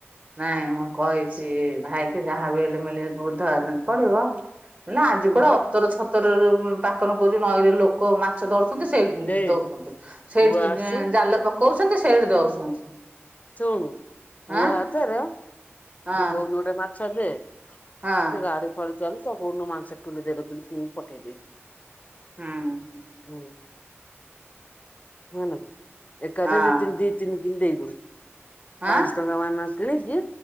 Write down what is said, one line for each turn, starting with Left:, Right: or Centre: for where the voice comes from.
Right: ନାଇଁ ମୁଁ କହିଛି ଭାଇ କି, ଯାହାବି ହେଲେ ମୂଲି ବୁଧବାର ଦିନ ପଡିବ। ନା ଆଜି
Left: ହୁଁ
Right: କୁଆଡେ ଅତର ଛତର ରୁ ପାକନ କହୁଛି ନଈରେ ଲୋ କ ମାଛ ଧଡୁଛନ୍ତି ସେଇ
Left: ଦେଇ
Right: ଦଉଛନ୍ତି ସେଇଠି
Left: ପୁଅ ଆସୁ
Right: ଜାଲ ପ କଉଛନ୍ତି ସେଇଠୁ ଦଉଛନ୍ତି।
Left: ଶୁଣୁ ପୁଅ
Right: ଆଁ
Left: ହାତରେ ତୁ
Right: ହଁ
Left: କୋଉଦୁନ ଗୋଟେ ମାଛ ଦେ
Right: ହଁ
Left: ମତେ ଗାଡି ଫାଡି ଚାଲିଛ କୋଉ ମାଂସ କିଲି ଦେଢ କିଲି କିଣିକି ପଠେଇଦେ
Right: ହୁଁ
Left: ହୁ ନୁହେନା ଏକାଥ
Right: ହଁ
Left: ଦି ତି ଦି ତିନି କିିଲେ ଦେଇଗୁ ପାଞ୍ଚହ
Right: ଆଁ
Left: ଟଙ୍କା ମାନ ଆସଥିଲି କି